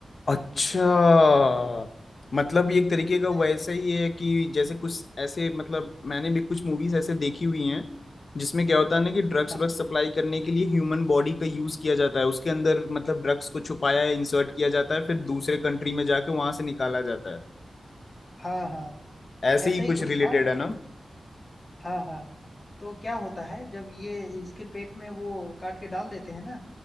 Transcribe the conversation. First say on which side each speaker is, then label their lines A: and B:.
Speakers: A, on the left; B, on the left.
A: अच्छा मतलब ये एक तरीके का वैसा
B: अरे,
A: ही है कि जैसे कुछ ऐसे मतलब मैंने भी कुछ मूवीज ऐसे देखी हुई हैं जिसमें क्या होता है ना कि ड्रग्स
B: हाँ
A: व्रग्स सप्लाई करने के लिए ह्यूमन बॉडी का यूज किया जाता है उसके अंदर मतलब ड्रग्स को छुपाया या इंसर्ट किया जाता है फिर दूसरे कंट्री में जाके वहां से निकाला जाता है
B: हाँ हाँ,
A: ऐसे
B: ऐसा
A: ही
B: ही
A: कुछ
B: कुछ
A: रिलेटेड
B: था
A: है ना
B: हाँ हाँ तो क्या होता है जब ये इसके पेट में वो काट के डाल देते हैं ना